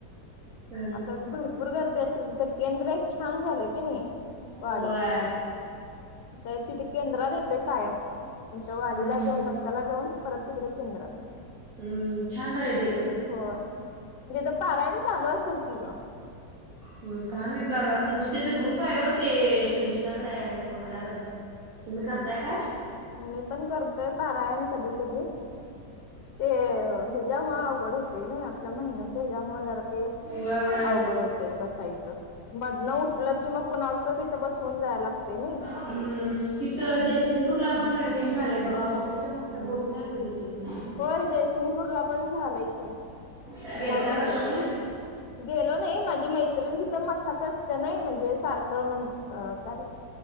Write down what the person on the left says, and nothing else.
आता भरपूर गर्दी असेल तिथ केंद्र एक छान झालंय की नाही. वाडीत
तर तिथे केंद्रात येतोय कायम. तिथे
थ वाडीला
जाऊन दत्ताला जाऊन परत तिकडे केंद्रात.
होय. म्हणजेथ पारायन चालू असेल की ग.
मी पण करतोय पारायण कधी कधी. ते हच्यामुळ अवघड ते नाही आपल्या महिन्याच्या हिज्यामुळ ते
अवघड
होते बसायचं. मध न उठलं कि मग कुणाला तर‌ तिथं बसवून जायला लागते नाही.
होय. जयसिंगपूरला पण झालंय क छान
झालंय
ते पण. गेलो नाही माझी मैत्रिणी तिथं मथाात असते नाही म्हणजे सारखं म्हण अ का